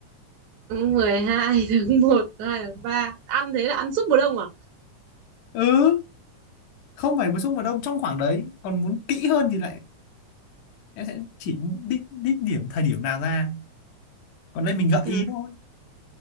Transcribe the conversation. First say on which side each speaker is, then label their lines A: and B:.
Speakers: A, on the right; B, on the left.
A: mười hai tháng 1, hai tháng 3 ăn thế là ăn suốt mùa đông à
B: ừ không phải mùa xuân mùa đông trong khoảng đấy còn muốn kỹ hơn thì lại em sẽ chỉ đích đích điểm thời điểm nào ra còn đây mình gợi
A: ừ.
B: ý thôi